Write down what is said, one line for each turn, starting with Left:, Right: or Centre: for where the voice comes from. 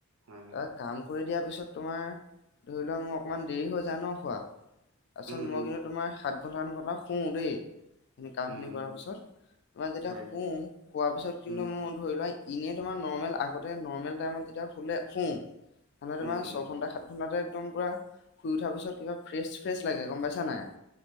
Right: হয়, হয়।
Left: তাক কাম কৰি দিয়াৰ পিছত তোমাৰ, ধৰি লোৱা মোৰ অকণমান দেৰি হৈ যায় ন' শুৱাত? তাৰপিছত
Right: উম,
Left: মই
Right: উম,
Left: কিন্তু তোমাৰ সাত ঘণ্টা আঠ ঘণ্টা শুওঁ দেই, কামখিনি
Right: উম, উম,
Left: শুৱাৰ পিছত, তোমাৰ যেতিয়া
Right: হয়,
Left: শু শুৱাৰ পিছত কিন্তু
Right: উম,
Left: মোৰ ধৰি লোৱা ইনে তোমাৰ নৰ্মেল আগতে নৰ্মেল টাইমত যেতিয়া শুলে শু। মানে
Right: উম,
Left: তোমাৰ
Right: উম,
Left: ছয় ঘণ্টা সাত ঘণ্টাতে একদম পুৰা, শুই উঠাৰ পিছত কিবা ফ্ৰেছ ফ্ৰেছ লাগে গ'ম পাইছা নাই?